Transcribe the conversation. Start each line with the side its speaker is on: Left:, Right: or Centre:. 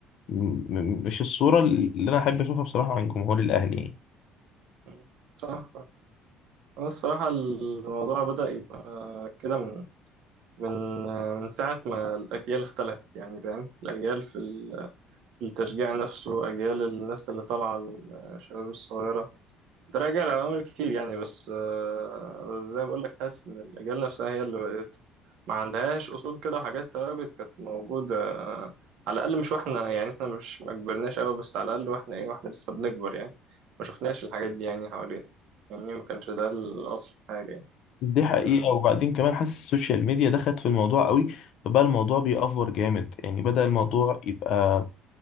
Left: م- م- مش الصورة اللي أنا أحب أشوفها بصراحة عن جمهور الأهلي يعني
Right: مم. صح هو الصراحة الموضوع بدأ يبقى كده من من من ساعة ما الأجيال اختلفت يعني فاهم الأجيال في ال- في التشجيع نفسه أجيال الناس اللي طالعة الشباب الصغيرة تراجع لعوامل كتير يعني بس آه، بس زي ما بقول لك حاسس ان الاجيال نفسها هي اللي بقت ما عندهاش اصول كده وحاجات ثوابت كانت موجوده آه، على الاقل مش واحنا يعني احنا مش ما كبرناش قوي بس على الاقل واحنا ايه واحنا لسه بنكبر يعني ما شفناش الحاجات دي يعني حوالينا يعني ما كانش ده الاصل في حاجه يعني
Left: دي حقيقة
Right: فاهمني؟
Left: وبعدين كمان حاسس السوشيال ميديا دخلت في الموضوع قوي فبقى الموضوع بيأفور جامد يعني بدأ الموضوع يبقى